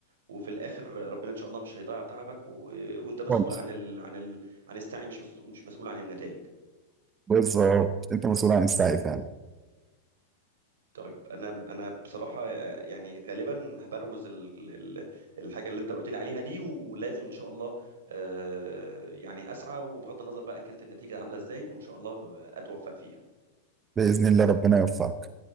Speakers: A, on the right; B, on the right.
A: وفي الاخر ربنا ان شاء الله مش هيضيع تعبك و... وانت مسؤول
B: خالص
A: عن ال... عن ال... عن السعي مش مسؤول... مش مسؤول عن النتائج
B: بالظبط أنت مسؤول عن السعي فعلا
A: طيب انا انا بصراحه آه، يعني غالبا هبروز ال... ال- الحاجه اللي انت قلت لي عليها دي ولازم ان شاء الله آه، يعني اسعى وبغض النظر بقى ان كانت النتيجه عامله ازاي وان شاء الله اتوفق فيها
B: بإذن الله ربنا يوفقك